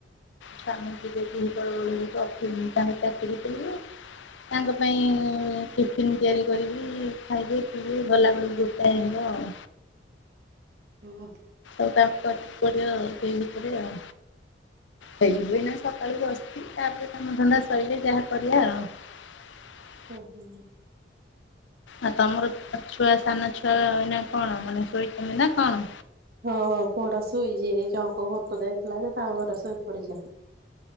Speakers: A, on the left (about 80°); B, on the right (about 55°).
A: ସ୍ୱାମୀ ଯିବେ ତିନିଟା ବେଳକୁ, ଅଫି ତାଙ୍କ ଚାକିରୀ କି ଯିବେ। ତାଙ୍କ ପାଇଁ ଟିଫିନ୍ ତିଆରି କରିବି, ଖାଇବେ ପିଇବେ ଗଲାବେଳକୁ ଗୋଟାଏ ହେବ ଆଉ।
B: ହୁଁ।
A: ଆଉ ତାଙ୍କ <unintelligible> ଆଉ ସେ ଭିତରେ ଆଉ। ହେଇଯିବୁ ଏଇନା ସକାଳୁ ବସିିଚି, ତାପରେ କାମ ଧନ୍ଦା ସଇଲେ ଯାହା କରିଆ ଆଉ। <unintelligible>
B: ଓ ହୋ।
A: ଆଉ ତମର ଛୁଆ ସାନ ଛୁଆ ଏଇନା କଣ ମାନେ ଶୋଇଛନ୍ତି ନା କଣ?
B: ହଁ ପୁଅ ଟା ଶୋଇଛି ଜଣଙ୍କ ଘରକୁ ଯାଇଥିଲା ଯେ, ତାଙ୍କ ଘରେ ଶୋଇ ପଡିଛି।